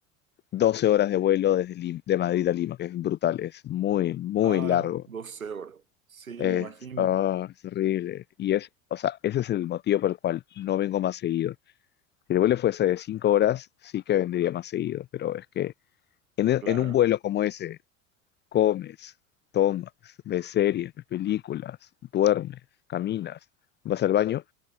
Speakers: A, on the left; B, on the right.
A: 12 horas de vuelo desde Lim- de Madrid a Lima, que es brutal, es muy, muy
B: Ah,
A: largo.
B: doce horas. Sí,
A: Es,
B: me imagino.
A: ah, es horrible. Y es, o sea, ese es el motivo por el cual no vengo más seguido. Si el vuelo fuese de 5 horas, sí que vendría más seguido, pero es que en, e-
B: Claro.
A: en un vuelo como ese, comes, tomas, ves series, ves películas, duermes, caminas, vas al baño